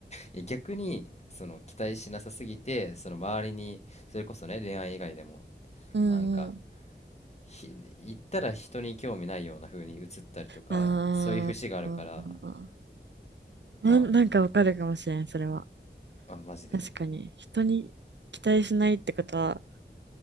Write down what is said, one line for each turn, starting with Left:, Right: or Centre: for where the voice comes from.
Left: いや逆に、その期待しなさすぎて、その周りに、それこそね、恋愛以外でも、
Right: うんうん。
Left: なんか、ひ言ったら人に興味ないような風に映ったりとかそういう節があるから
Right: あーな、
Left: ま
Right: なんかわかるかもしれん、それは。
Left: ああマジで
Right: 確かに。人に期待しないってことは、